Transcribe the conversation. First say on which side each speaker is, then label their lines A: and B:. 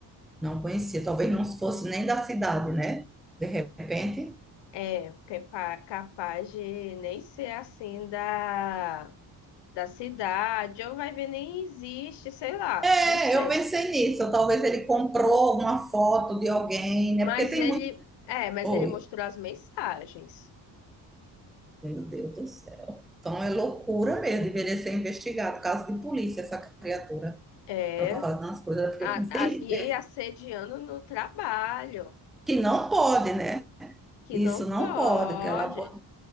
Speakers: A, in the centre; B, on the left.
A: Não conhecia, talvez não fosse nem da cidade, né? De repente.
B: É, que é pa- capaz de nem ser assim da, da cidade, ou vai ver nem existe, sei lá,
A: É,
B: não sei.
A: eu pensei nisso. Talvez ele comprou uma foto de alguém, né?
B: Mas
A: Porque tem
B: ele,
A: muito.
B: é, mas
A: Oi,
B: ele mostrou as mensagens.
A: meu Deus do céu. Então é loucura mesmo, deveria ser investigado. Caso de polícia, essa criatura.
B: É,
A: Ela tá fazendo as coisas, porque
B: a,
A: tem
B: as- e
A: que ver
B: assediando no trabalho,
A: que não pode, né?
B: que
A: Isso
B: não pode.
A: não pode, que ela pode.